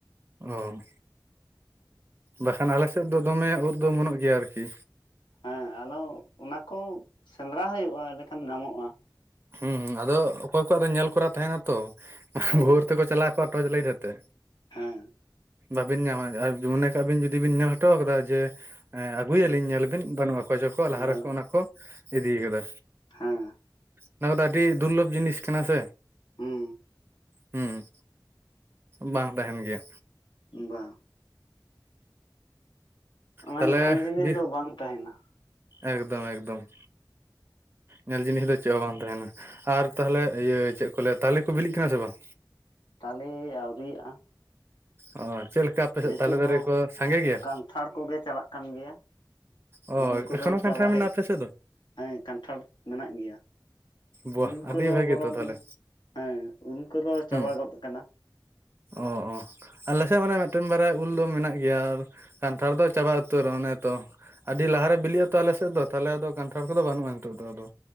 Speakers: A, on the right (about 30°); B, on the left (about 80°).
A: ᱚ, ᱵᱟᱠᱷᱟᱱ ᱟᱞᱮ ᱥᱮᱫ ᱫᱚ ᱫᱚᱢᱮ ᱳᱫ ᱫᱚ ᱚᱢᱚᱱᱚᱜ ᱜᱮᱭᱟ ᱟᱨᱠᱤ,
B: ᱦᱮᱸ ᱟᱫᱚ, ᱚᱱᱟ ᱠᱚ ᱥᱮᱸᱫᱽᱨᱟ ᱦᱩᱭᱩᱜᱼᱟ ᱮᱸᱰᱮᱠᱷᱟᱱ ᱧᱟᱢᱚᱜᱼᱟ᱾
A: ᱦᱩᱸ ᱦᱩᱸ ᱟᱫᱚ ᱚᱠᱚᱭ ᱠᱚᱣᱟᱜ ᱫᱚ ᱧᱮᱞ ᱠᱚᱨᱟ ᱛᱟᱦᱮᱱᱟ ᱛᱚ,
B: ᱦᱳᱭ
A: ᱵᱷᱳᱨ ᱛᱮᱠᱚ ᱪᱟᱞᱟᱣ ᱠᱚᱜᱼᱟ ᱴᱚᱪ ᱞᱟᱹᱭᱤᱴ ᱟᱛᱮ᱾
B: ᱦᱮᱸ
A: ᱵᱟᱵᱤᱱ ᱧᱟᱢᱟ ᱟᱨ ᱢᱚᱱᱮ ᱠᱟᱜ ᱵᱤᱱ ᱡᱩᱫᱤ ᱵᱤᱱ ᱧᱮᱞ ᱦᱚᱴᱚ ᱠᱟᱫᱟ ᱡᱮ ᱟᱹᱜᱩᱭᱟᱞᱤᱧ ᱧᱮᱞ ᱵᱤᱱ ᱵᱟᱹᱱᱩᱜᱼᱟ᱾ ᱚᱠᱚᱭ ᱪᱚᱠᱚ
B: ᱵᱟᱹᱱᱩᱜ
A: ᱞᱟᱦᱟ ᱨᱮᱠᱚ ᱚᱱᱟ ᱠᱚ ᱤᱫᱤ ᱠᱟᱫᱟ᱾
B: ᱦᱮᱸ
A: ᱚᱱᱟ ᱠᱚᱫᱚ ᱟᱹᱰᱤ ᱫᱩᱨᱞᱚᱵᱷ ᱡᱤᱱᱤᱥ ᱠᱟᱱᱟ ᱥᱮ,
B: ᱦᱩᱸ
A: ᱦᱩᱸ, ᱵᱟᱝ ᱛᱟᱦᱮᱱ ᱜᱮᱭᱟ᱾
B: ᱵᱟᱝ, ᱚᱱᱟ
A: ᱛᱟᱦᱚᱞᱮ
B: ᱧᱮᱞ ᱡᱤᱱᱤᱥ
A: ᱵᱤᱨ
B: ᱫᱚ ᱵᱟᱝ ᱛᱟᱦᱮᱱᱟ᱾
A: ᱮᱠᱫᱚᱢ ᱮᱠᱫᱚᱢ ᱧᱮᱞ ᱡᱤᱱᱤᱥ ᱫᱚ ᱪᱮᱜ ᱦᱚᱸ ᱵᱟᱝ ᱛᱟᱦᱮᱱᱟ ᱟᱨ ᱛᱟᱦᱞᱮ ᱤᱭᱟᱹ ᱪᱮᱜ ᱠᱚ ᱞᱟᱹᱭᱟ ᱛᱟᱞᱮ ᱠᱚ ᱵᱤᱞᱤᱜ ᱠᱟᱱᱟ ᱥᱮ ᱵᱟᱝ?
B: ᱛᱟᱞᱮ ᱟᱹᱣᱨᱤᱭᱟᱜᱼᱟ᱾
A: ᱚ ᱪᱮᱫ ᱞᱮᱠᱟ ᱟᱯᱮ ᱥᱮᱫ
B: ᱱᱤᱛᱚᱜ
A: ᱛᱟᱞᱮ ᱫᱟᱨᱮ
B: ᱫᱚ
A: ᱠᱚ ᱥᱟᱸᱜᱮ ᱜᱮᱭᱟ
B: ᱠᱟᱱᱛᱷᱟᱲ ᱠᱚᱜᱮ ᱪᱟᱞᱟᱜ ᱠᱟᱱ ᱜᱮᱭᱟ᱾
A: ᱚ
B: ᱩᱞ ᱠᱚᱫᱚ
A: ᱮᱠᱷᱚᱱᱳ ᱠᱟᱱᱴᱷᱟᱲ
B: ᱪᱟᱵᱟ
A: ᱢᱮᱱᱟᱜᱼᱟ
B: ᱦᱮᱡ
A: ᱟᱯᱮ ᱥᱮᱫ ᱫᱚ
B: ᱦᱮᱸ ᱠᱟᱱᱴᱷᱟᱲ ᱢᱮᱱᱟᱜ ᱜᱮᱭᱟ᱾
A: ᱵᱟᱦ
B: ᱩᱞ ᱠᱚᱫᱚ
A: ᱟᱹᱰᱤ ᱵᱷᱟᱹᱜᱤ
B: ᱵᱚᱨᱚᱝ
A: ᱛᱚ ᱛᱟᱦᱚᱞᱮ
B: ᱦᱮᱸ ᱩᱞ ᱠᱚᱫᱚ
A: ᱦᱩᱸ
B: ᱪᱟᱵᱟ ᱜᱚᱫ ᱠᱟᱱᱟ᱾
A: ᱚ ᱚ ᱟᱞᱮᱥᱮᱫ ᱢᱟᱱᱮ ᱢᱮᱫᱴᱮᱱ ᱵᱟᱨᱭᱟ ᱩᱞ ᱫᱚ ᱢᱮᱱᱟᱜ ᱜᱮᱭᱟ ᱟᱨ ᱠᱟᱱᱴᱷᱟᱲ ᱫᱚ ᱪᱟᱵᱟ ᱩᱛᱟᱹᱨ ᱚᱱᱮ ᱛᱚ, ᱟᱹᱰᱤ ᱞᱟᱦᱟᱨᱮ ᱵᱤᱞᱤᱜ ᱟᱛᱚ ᱟᱞᱮ ᱥᱮᱫ ᱫᱚ ᱛᱟᱦᱚᱞᱮ ᱫᱚ ᱠᱟᱱᱴᱷᱟᱲ ᱠᱚᱫᱚ ᱵᱟᱹᱱᱩᱜᱼᱟ ᱱᱤᱛ ᱫᱚ ᱟᱫᱚ᱾